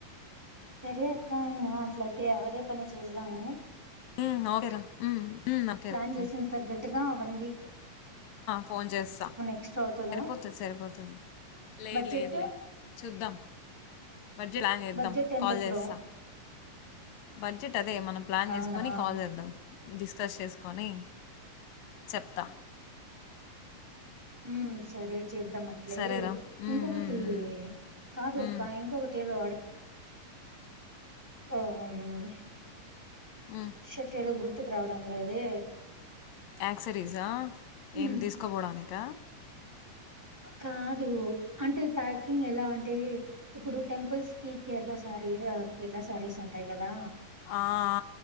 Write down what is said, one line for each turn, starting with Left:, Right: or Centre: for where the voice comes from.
Centre: సరే అక్క ఇంగ అసల అతే అదే పని చేదాము
Left: ఉమ్, ఓకేరా ఉమ్, ఉమ్, ఓకేరా
Centre: ప్లాన్ చేసిన
Left: ఉమ్.
Centre: తగ్గట్టుగా ఉంది
Left: ఫోన్ చేస్తా
Centre: ఎక్స్ట్రా అవుతదా
Left: సరిపోతుంది సరిపోతుంది లేదు
Centre: బడ్జెట్
Left: లేదు లే చూద్దాం బడ్జెట్ లా చేద్దాం
Centre: బడ్జెట్ ఎంతట్లో
Left: కాల్ చేస్తా బడ్జెట్ అదే మనం ప్లాన్
Centre: అవునా
Left: చేసుకొని కాల్ చేద్దాం డిస్కస్ చేసుకొని చెత్త
Centre: హమ్ సరే చేద్దాం అట్లే
Left: సరేరా ఉమ్,
Centre: ఇంకొకటి
Left: ఉమ్, ఉమ్.
Centre: కాదు
Left: ఉమ్,
Centre: అక్క ఇంకొకటి ఏదో మ్
Left: ఉమ్.
Centre: షట్ ఏదో గుర్తు గుర్తుకు రావడం లేదే
Left: ఆక్సరీసా
Centre: హ్మ్.
Left: ఏం తీసుకోపోవడానిక
Centre: కాదు అంటే ప్యాకింగ్ ఎలాంటి ఇప్పుడు టెంపుల్స్ కి కేరళ శారీ కేరళ శారీస్ ఉంటాయి కదా
Left: ఆ ఆ